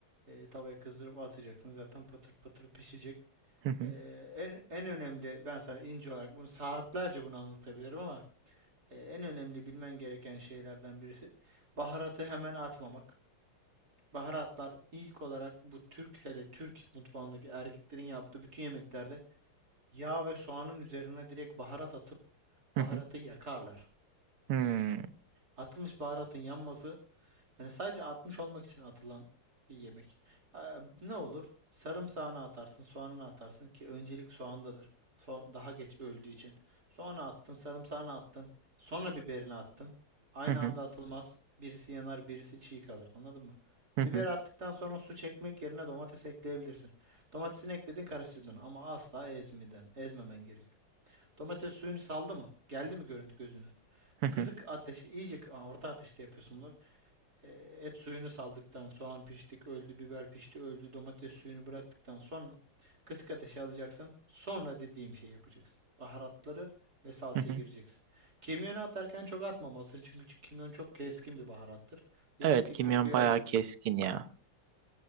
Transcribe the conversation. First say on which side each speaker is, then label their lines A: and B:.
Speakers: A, on the right (about 45°); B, on the right (about 85°).
A: e, tavaya kızdırıp atacaksın. Zaten patır patır pişecek.
B: hı hı,
A: E, en, en önemli ben sana ince olarak bunu saatlerce bunu anlatabilirim ama e, en önemli bilmen gereken şeylerden birisi baharatı hemen atmamak. Baharatlar ilk olarak bu Türk hele Türk mutfağındaki erkeklerin yaptığı bütün yemeklerde yağ ve soğanın üzerine direkt baharat atıp
B: hı
A: baharatı
B: hı,
A: yakarlar.
B: hmm,
A: Atılmış baharatın yanması yani sadece atmış olmak için atılan bir yemek. Ee, ne olur? Sarımsağını atarsın, soğanını atarsın ki öncelik soğandadır. So- daha geç öldüğü için. Soğanı attın, sarımsağını attın, sonra biberini attın. Aynı
B: hı hı,
A: anda atılmaz. Birisi yanar, birisi çiğ kalır. Anladın mı?
B: hı hı,
A: Biber attıktan sonra su çekmek yerine domates ekleyebilirsin. Domatesini ekledin, karıştırdın ama asla ezmeden, ezmemen gerekiyor. Domates suyunu saldı mı? Geldi mi görüntü gözüne?
B: hı hı,
A: Kısık ateş, iyice orta ateşte yapıyorsun bunları. Ee, et suyunu saldıktan, soğan piştik, öldü, biber pişti, öldü, domates suyunu bıraktıktan sonra kısık ateşe alacaksın. Sonra dediğim şeyi yapacaksın. Baharatları ve salçaya
B: hı hı.
A: gireceksin. Kimyonu atarken çok atmamalısın çünkü kimyon çok keskin bir baharattır. Yemekteki
B: Evet, kimyon
A: kokuyu
B: bayağı
A: alır.
B: keskin ya.